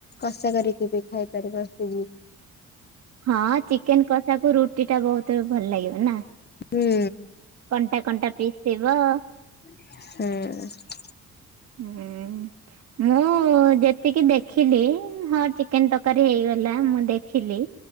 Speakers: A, on the left; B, on the right.
A: କଷା କରିକି ବି ଖାଇପାରିବ ସେ
B: ହଁ ଚିକେନ କଷାକୁ ରୁଟି ଟା ବହୁତ ଭଲ ଲାଗିବ ନା?
A: ହୁଁ
B: କଣ୍ଟା କଣ୍ଟା ପିସ୍ ଥିବ
A: ହୁଁଉ।
B: ହୁଁ ଉଁ ମୁଁ ହଁ ଯେତିକି ଦେଖିଲି ହଁ ଚିକେନ ତରକାରୀ ହେଇଗଲା ମୁଁ ଦେଖିଲି